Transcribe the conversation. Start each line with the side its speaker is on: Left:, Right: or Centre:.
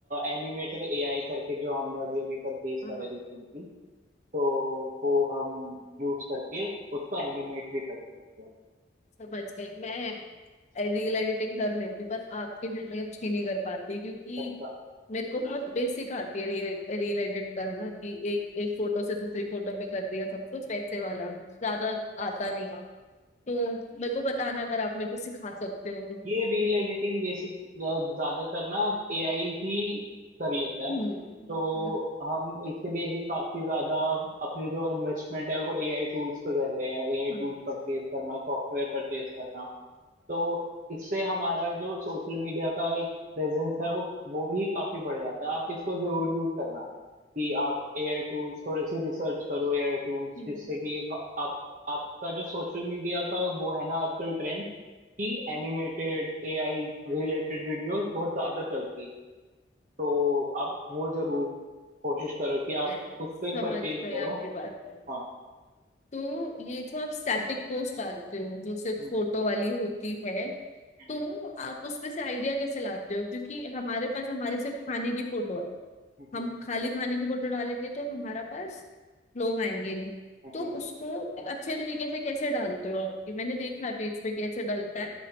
Right: एनिमेटर एआई करके जो हमने अभी अभी परचेज
Left: हम्म।
Right: करा रिसेंटली तो वो हम यूज करके उसको एनिमेट भी कर सकते हैं
Left: समझ गई मैं रील एडिटिंग कर लेती हूँ, पर आपके जितनी अच्छी नहीं कर पाती क्योंकि
Right: अच्छा
Left: मेरे को बहुत बेसिक आती है रील रील एडिट करना कि एक एक फोटो से दूसरी फोटो पे कर दिया सब कुछ वैसे वाला ज्यादा आता नहीं तो मेरे को बताना अगर आप मेरे को सिखा सकते हो तो
Right: ये रील एडिटिंग बेसिक ज्यादातर ना एआई ही कर लेता है
Left: हम्म
Right: तो हम इसलिए ही काफी ज्यादा अपनी जो इन्वेस्टमेंट है वो एआई टूल्स पे कर रहे हैं एआई
Left: हम्म,
Right: टूल्स परचेज करना सॉफ्टवेयर परचेज करना तो इससे हमारा जो सोशल मीडिया का एक प्रेजेंस है वो वो भी काफी बढ़ जाता है आप इसको जरूर यूज करना कि आप एआई टूल्स थोड़े से रिसर्च करो एआई टूल्स
Left: हम्म,
Right: जिससे कि ह- आप आपका जो सोशल मीडिया का वो है ना आजकल ट्रेंड कि एनिमेटेड एआई रिलेटेड वीडियोस बहुत ज्यादा चलती हैं तो आप वो जरूर कोशिश करो कि आप
Left: मैं
Right: उस पे
Left: समझ
Right: परचेज
Left: गए
Right: करो
Left: आपकी बात
Right: हाँ
Left: तो ये जो आप स्टैटिक पोस्ट डालते हो जो सिर्फ
Right: हम्म
Left: फोटो वाली होती है
Right: हम्म
Left: तो आप उसमें से आइडिया कैसे लाते हो क्योंकि हमारे पास हमारे सिर्फ खाने की फोटो है
Right: हम्म
Left: हम खाली खाने की फोटो डालेंगे तो हमारा पास लोग आएंगे नहीं
Right: हम्म,
Left: तो उसको अच्छे तरीके से कैसे डालते हो आप? कि मैंने देखा है पेज पे कैसे डालता है